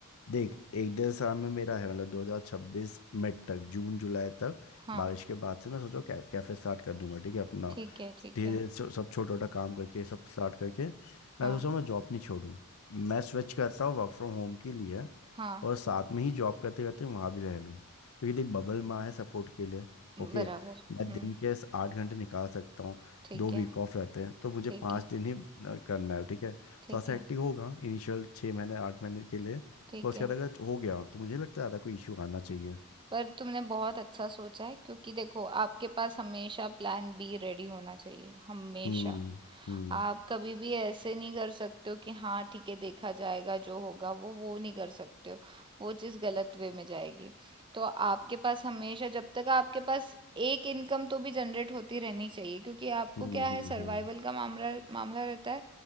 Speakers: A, on the left; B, on the right.
A: देख एक डेढ़ साल में मेरा है मतलब 2026 मिड तक जून जुलाई तक
B: हाँ
A: बारिश के बाद से मैं सोचा कै, कैफे स्टार्ट कर दूंगा ठीक है अपना
B: ठीक है ठीक
A: धीरे
B: है
A: धीरे सब सब छोटा छोटा काम करके सब स्टार्ट करके मैं
B: हाँ
A: सोचा मैं जॉब नहीं छोड़ूं मैं स्विच करता हूँ वर्क फ्रॉम होम के लिए
B: हाँ
A: और साथ में ही जॉब करते करते वहाँ भी रह लूँ क्योंकि देख बबल माँ है सपोर्ट के लिए ओके
B: बराबर
A: मैं
B: हम्म
A: दिन के इस आठ घंटे निकाल सकता हूँ
B: ठीक
A: दो वीक
B: है
A: ऑफ रहते हैं तो मुझे
B: ठीक
A: पाँच
B: है
A: दिन ही अ, करना है ठीक है
B: ठीक
A: थोड़ा सा
B: है
A: एक्टिव होगा इनिशियल छः महीने आठ महीने के लिए
B: ठीक
A: और उसके
B: है
A: बाद अगर हो गया तो मुझे लगता है ज़्यादा कोई इशू आना चाहिए
B: पर तुमने बहुत अच्छा सोचा है क्योंकि देखो आपके पास हमेशा प्लान बी रेडी होना चाहिए हमेशा
A: हम्म हम्म।
B: आप कभी भी ऐसे नहीं कर सकते हो कि हाँ ठीक है देखा जाएगा जो होगा वो वो नहीं कर सकते हो वो चीज़ गलत वे में जाएगी तो आपके पास हमेशा जब तक आपके पास एक इनकम तो भी जनरेट होती रहनी चाहिए क्योंकि आपको
A: हम्म
B: क्या है
A: हम्म
B: सर्वाइवल
A: हम्म।
B: का मामला मामला रहता है